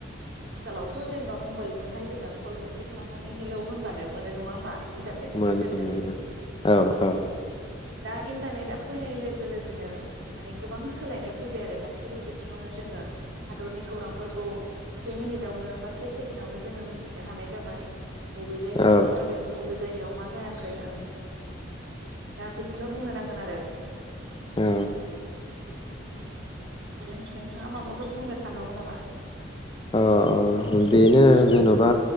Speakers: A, on the right (about 75°); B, on the left (about 25°).
A: आथिखालावथ' जेनेबा मबाइल जोंहाय जोङो खल मोनसे खालामनानै हेल' होनबानो मोनो नङा होमबा? इन्टारनेटनि
B: मोन
A: गेजेरजों
B: <unintelligible> औ औ।
A: दा इन्टारनेटआ फैनाय लोगो लोगोनो माने गोबां सोलायनाय फैबाय आरो गासैबो बिथिङावनो जोङो हादरनि खौरांफोरखौ से मिनिट आवनो बा से सेकेण्ड आवनो जोङो मिथिनो हानाय जाबाय। बबे जायगायाव
B: औ
A: मा जादों बबे जाय याव मा जायाखै ओं। दा बेखौनो बुंनो नांगोन आरो।
B: औ
A: <unintelligible> आरो नोंथाङा माबाफोर बुंनोस सानबावो नामा?
B: अ बेनो जेन'बा